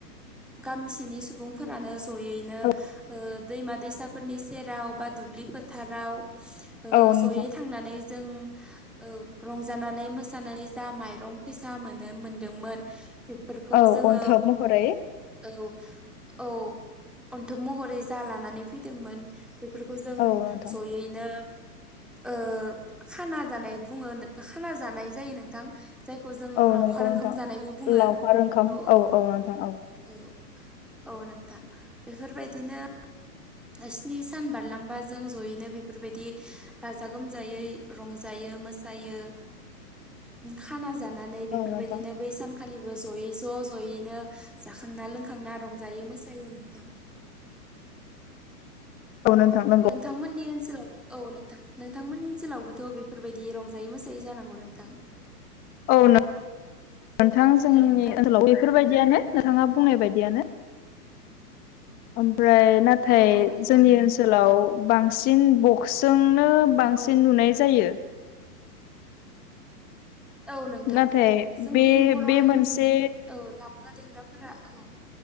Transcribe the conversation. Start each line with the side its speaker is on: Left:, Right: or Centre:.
Centre: गामिसेनि सुबुंफोरानो जयैनो
Left: औ
Centre: ओ दैमा-दैसा फोरनि सेराव बा दुब्लि फोथाराव ओ
Left: औ नोंथां
Centre: जयै थांनानै जों औ रंजानानै मोसानानै जा माइरं फैसा मोनो मोनदोंमोन। बेफोरखौ
Left: औ
Centre: जोङो
Left: अन्थोब महरै
Centre: औ औ अन्थोब महरै जा लानानै फैदोंमोन। बेफोरखौ जों
Left: औ नोंथां
Centre: जयै बिदिनो ओ खाना जानाय बुङो खाना जानाय जायो नोंथां जायखौ जों
Left: औ
Centre: लावखार
Left: नंगौ नोंथां
Centre: ओंखाम जानायबो बुङो
Left: लावखार ओंखाम
Centre: औ औ
Left: औ नोंथां औ
Centre: औ औ नोंथां बेफोर बायदिनो स्नि सान बारलांबा जों जयैनो बेफोरबायदि गाजा गोमजायै रंजायो मोसायो खाना जानानै बेफोर
Left: औ नोंथां
Centre: बायदिनो बै सान खालिबो ज'यै ज' ज'यैनो जाखांना लोंखांना रंजायो मोसायो नोंथां
Left: औ नोथां
Centre: नोंथांमोननि ओनसोलाव औ नोंथां नोंथांमोननि ओनसोलावबोथ' बेफोरबायदि रंजायै मोसायै जानांगौ नोंथां
Left: औ नोंथां जोंनि
Centre: हेलौ नोंथां
Left: ओनसोलाव बेफोर बायदियानो नोंथाङा बुंनाय बायदियानो ओमफ्राय ना थाय
Centre: औ औ नोंथां
Left: जोंनि ओनसोलाव बांसिन सोंनो बांसिन
Centre: औ
Left: नुनाय जायो।
Centre: औ नोंथां
Left: नाथाय
Centre: जोंनि
Left: बे
Centre: बर'
Left: बे
Centre: हारिनि
Left: मोनसे
Centre: औ दामग्रा-देग्रा फोरा औ